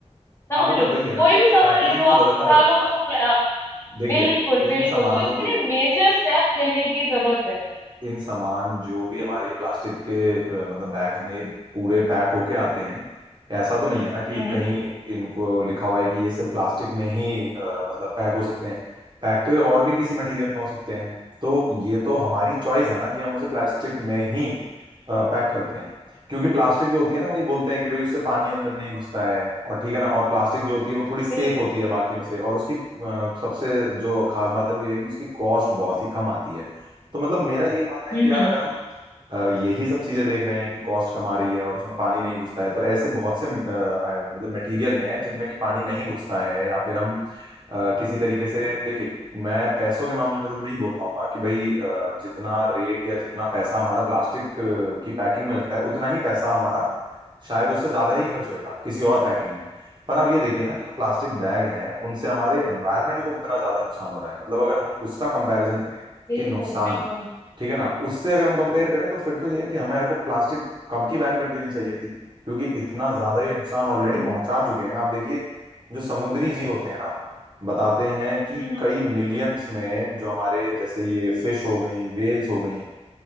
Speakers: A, on the left; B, on the right.
A: समझ
B: हाँ मतलब
A: रहे हो
B: वही है ना
A: कोई
B: कि उनके
A: भी सामान
B: पैकेजिंग
A: ले लो
B: को
A: आप
B: बदलना
A: उठा
B: पड़ेगा
A: लो उसको
B: ना
A: प्ला- अ,
B: देखिए
A: बिल्कुल
B: इन
A: बिल्कुल
B: सामानों
A: तो इसके लिए
B: को
A: मेजर स्टेप्स लेने की जरूरत है
B: इन सामान जो भी हमारे ये प्लास्टिक के अ, मतलब बैग्स में ये पूरे पैक होके आते हैं ऐसा तो नहीं है ना कि
A: हम्म हम्म
B: कहीं इनको लिखा हुआ है कि ये सिर्फ प्लास्टिक में ही अ, मतलब पैक हो सकते हैं पैक तो ये और भी किसी मटेरियल में हो सकते हैं तो ये तो हमारी चॉइस है ना कि हम उसे प्लास्टिक में ही पैक करते हैं क्योंकि प्लास्टिक जो होती है ना वही बोलते हैं कि भाई उससे पानी अंदर नहीं घुसता है और ठीक है ना और प्लास्टिक जो होती है वो थोड़ी सेफ
A: बिल-
B: होती है बाकियों से और उसकी अ, सबसे जो खास बात है वो ये है कि उसकी कॉस्ट बहुत ही कम आती है तो मतलब मेरा ये मानना है
A: हम्म
B: कि यार
A: हम्म,
B: अगर हम अ, यही सब चीजें देख रहे हैं कि कॉस्ट कम आ रही है और उसमें पानी नहीं घुसता है तो ऐसे बहुत से अ, आ- मतलब मटेरियल हैं जिनमें कि पानी नहीं घुसता है या फिर हम अ, किसी तरीके से देखिए मैं पैसों के मामले में तो मैं नहीं बोल पाऊंगा कि भाई अ, जितना रेट या जितना पैसा हमारा प्लास्टिक अ, की पैकिंग में लगता है उतना ही पैसा हमारा शायद उससे ज्यादा ही खर्च होएगा किसी और पैकिंग में पर आप ये देखिए ना कि जो प्लास्टिक बैग हैं उनसे हमारे एनवायरनमेंट को कितना ज्यादा नुकसान हो रहा है मतलब अगर हम उसका कंपैरिजन करें
A: बिल्कुल
B: कि नुकसान
A: बिल्कुल
B: ठीक है ना उससे अगर हम कंपेयर करें तो फिर तो ये है कि हमें को प्लास्टिक कब की बैन कर देनी चाहिए थी क्योंकि इतना ज्यादा ये नुकसान ऑलरेडी
A: बिल्कुल
B: पहुंचा चुके हैं आप देखिए जो समुद्री जीव होते हैं ना बताते हैं कि
A: हम्म
B: कई मिलियंस में जो हमारे जैसे ये फिश हो गई वेल्स हो गई